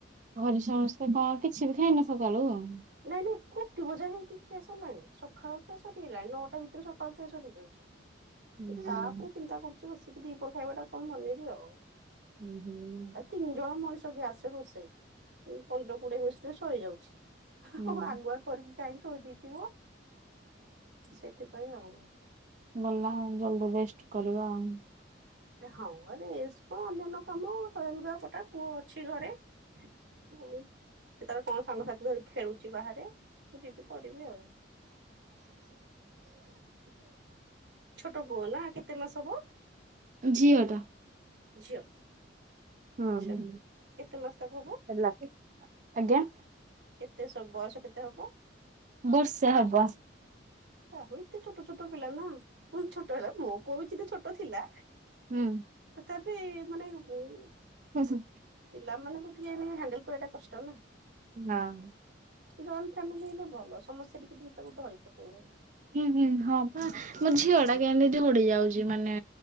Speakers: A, on the right; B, on the right.
A: ଘରେ ସମସ୍ତେ କଣ କିଛି ବି ଖାଇନ? ସକାଳୁ ଆଉ।
B: ନାଇଁ ନାଇଁ କୋଟି ବଜା ହେଇକି ଖିଆ ସରଲାଣି, ସକାଳ ଖିଆ ସରିଗଲାଣି, ନଅଟା ଭିତରେ ସକାଳ ଖିଆ ସରିଚି।
A: <inaudible> ହୁଁ।
B: ତାପରେ ଚିନ୍ତା କରୁଛି ବସିକି ଦିପର ଖାଇବା ଟା କଣ ବନେଇବି ଆଉ।
A: ହୁଁ -ହୁଁ।
B: ଆଉ ତିନି ଜଣ ମଣିଷ ଗ୍ୟାସରେ ରୋଷେଇ, ପନ୍ଦର କୋଡିଏ ମିଶଟରେ ସରିଯାଉଚି। ହଉ
A: ହଁ
B: ଆଗୁଆ କରିକି କାଇଁ ଥୋଇ ଦେଇଥିବ ସେଥିପାଇଁ ଆଉ।
A: ଭଲ ଆଉ ଜଲଦି ରେଷ୍ଟ କରିବ ଆଉ।
B: ହଁ, ରେଷ୍ଟ କଣ ଅନ୍ୟାନ୍ୟ କାମ ଲୁଗା ପଟା ପୁଅ ଅଛି ଘରେ। ହୁଁ ସେ ତାର କଣ ସାଙ୍ଗସାଥି ଧରି ଖେଳୁଛି ବାହାରେ, ମୁଁ ଯିବି କରିବି ଆଉ। <inaudible> ଛୋଟ ପୁଅ ନାଁ, କେତେ ମାସ ହବ?
A: ଝିଅଟା।
B: ଝିଅ।
A: ହଁ,
B: ଆଚ୍ଛା
A: ହଁ
B: କେତେ ମାସ ତାକୁ ହବ
A: ହେଲା, ଆଜ୍ଞା।
B: ଏତେ ସ ବୟସ କେତେ ହବ?
A: ବର୍ଷେ ହବ ଆ
B: ଆହୁ ଏତେ ଛୋଟ ଛୋଟ ପିଲା ନା, କଣ ଛୋଟ ହେଲା, ମୋ ପୁଅ ବି ଯତେ ଛୋଟ ଥିଲା
A: ହୁଁ।
B: ତତାପି ମାନେ ବହୁତ
A: ହୁଁ ହୁଁ।
B: ପିଲା ମାନେ ଯିଏ ହେନେ ବି ହେଣ୍ଡଲ କରିବା କଷ୍ଟ ନା।
A: ନାଁ।
B: ଜଏଣ୍ଟ ଫ୍ୟାମିଲି ହେଲେ ଭଲ, ସମସ୍ତେ ଟିକେ ଟିକେ ତାକୁ ଧରି ପକେଇବେ।
A: ହୁଁ ହୁଁ, ହଁ ବା ମୋ ଝିଅ ଟା କେମିତି ଝଡି ଯାଉଛି ମାନେ